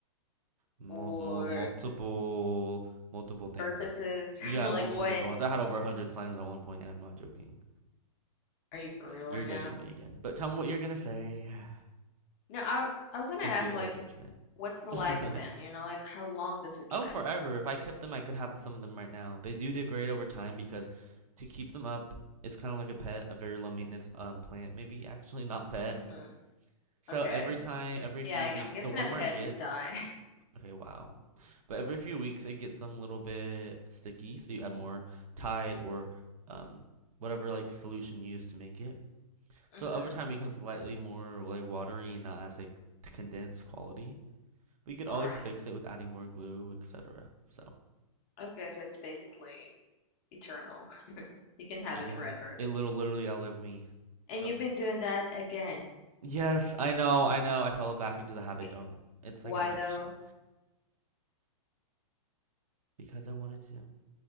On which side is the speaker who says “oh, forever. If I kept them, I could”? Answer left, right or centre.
Right